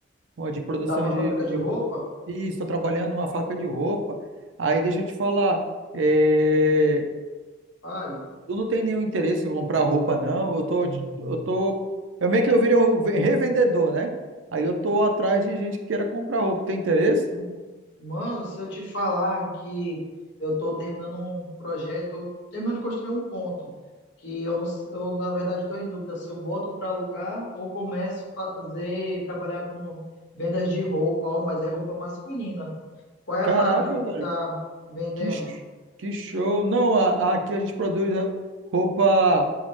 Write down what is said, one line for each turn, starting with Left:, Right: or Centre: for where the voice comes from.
Right: uma de produção
Left: Tá numa
Right: de,
Left: fábrica
Right: de
Left: de roupa?
Right: roupa. Isso, tô trabalhando numa fábrica de roupa. Aí deixa eu te falar, é,
Left: Fale.
Right: tu não tem nenhum interesse em comprar roupa, não? Eu tô, eu tô, eu meio que eu virei um revendedor, né? Aí eu tô atrás de gente que queira comprar roupa. Tem interesse?
Left: M- Mano, se eu te falar que eu tô terminando um projeto, terminando de construir um ponto, que eu não, s- eu na verdade tô em dúvida se eu boto para alugar ou começo a fazer, trabalhar com vendas de roupa, ó, mas é roupa masculina. Qual é
Right: Caraca,
Left: a fábrica que
Right: velho.
Left: tu tá vendendo?
Right: Que, sh- que show! Não, a- a- aqui a gente produz roupa